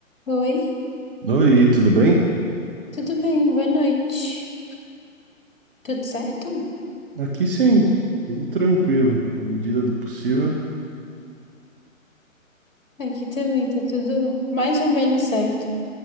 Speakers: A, on the left; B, on the right.
A: Oi,
B: Oi, tudo bem?
A: tudo bem? Boa noite. Tudo certo?
B: Aqui sim, tudo tranquilo, na medida do possível. O
A: Aqui também tá tudo mais ou menos certo,